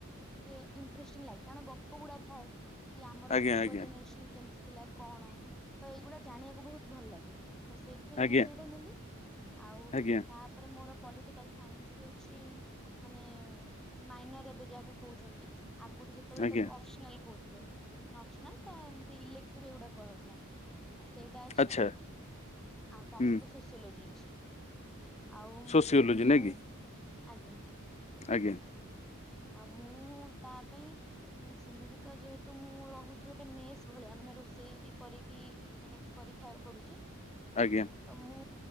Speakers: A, in the centre; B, on the left.
A: ଟିକେ ଇଣ୍ଟରେଷ୍ଟିଂ ଲାଗେ। କାରଣ ଗପ ଗୁଡା ଥାଏ। କି ଆମର
B: ଆଜ୍ଞା
A: ପୂର୍ବ
B: ଆଜ୍ଞା
A: ଜେନେରେସନ କେମିତି ଥିଲା କଣ ତ ଏଇଗୁଡା ଜାଣିବାକୁ ବହୁତ ଭଲ ଲାଗେ। ତ ସେଇଥିପାଇଁ
B: ଆଜ୍ଞା
A: ମୁଁ ସେଇଟା ନେଲି। ଆଉ
B: ଆଜ୍ଞା
A: ତାପରେ ମୋର ପଲିଟିକାଲ ସାଇନ୍ସ ବି ଅଛି ମାନେ ମାଇନର ଏବେ ଯାହାକୁ କହୁଛନ୍ତି ଆଗରୁ ସେତେବେଳେ
B: ଆଜ୍ଞା
A: ତାକୁ ଅପସନାଲ କହୁଥିଲେ ମାନେ ଅପସନାଲ ବା ଏମତି ଇଲେଟିଭ ଏଗୁଡା କୁହାଉଥିଲା ଆ ସେଇଟା ଅଛି
B: ଆଚ୍ଛା
A: ଆଉ ତା
B: ହୁଁ
A: ସହିତ ସୋସିଓଲୋଜି ଅଛି। ଆଉ
B: ସୋସିଓଲୋଜି
A: ମୁଁ
B: ନାଇଁ କି
A: ଆଜ୍ଞା।
B: ଆଜ୍ଞା।
A: ଆଉ ମୁଁ ତା ପାଇଁ ଉଁ ସେମିତି ତ ଯେହେତୁ ମୁଁ ରହୁଛି ଗୋଟେ ମେସ୍ ଭଳିଆ ମାନେ ରୋଷେଇ ବି କରିକି ମାନେ କରି ଖାଇବାକୁ ପଡୁଛି
B: ଆଜ୍ଞା।
A: ତ ମୁଁ